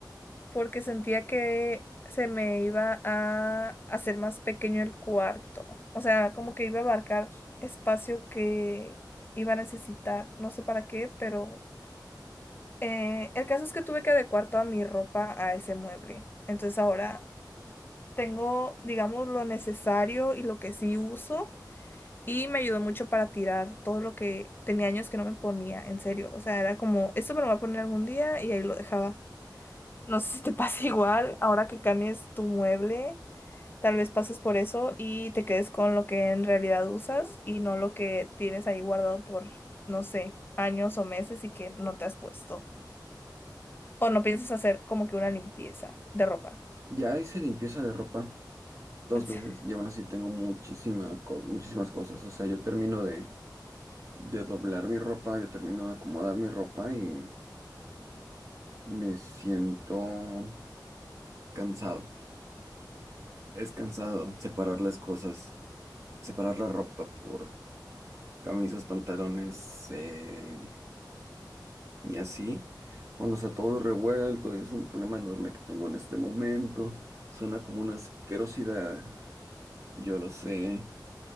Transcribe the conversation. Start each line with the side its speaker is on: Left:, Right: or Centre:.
Left: porque sentía que se me iba a hacer más pequeño el cuarto. O sea, como que iba a abarcar espacio que iba a necesitar, no sé para qué, pero eh, el caso es que tuve que adecuar toda mi ropa a ese mueble. Entonces ahora tengo, digamos, lo necesario y lo que sí uso. Y me ayudó mucho para tirar todo lo que tenía años que no me ponía, en serio. O sea, era como, esto me lo voy a poner algún día y ahí lo dejaba. No sé si te <laughs> pasa igual ahora que cambies tu mueble. Tal vez pases por eso y te quedes con lo que en realidad usas y no lo que tienes ahí guardado por, no sé, años o meses y que no te has puesto. O no piensas hacer como que una limpieza de ropa.
Right: Ya hice limpieza de ropa dos
Left: <laughs> En
Right: veces
Left: serio,
Right: y aún así tengo muchísima, co- muchísimas cosas. O sea, yo termino de, de doblar mi ropa, yo termino de acomodar mi ropa y me siento cansado. Es cansado separar las cosas, separar la ropa por camisas, pantalones, eh, Y así, cuando está todo revuelto y es un problema enorme que tengo en este momento, suena como una asquerosidad, y yo lo sé,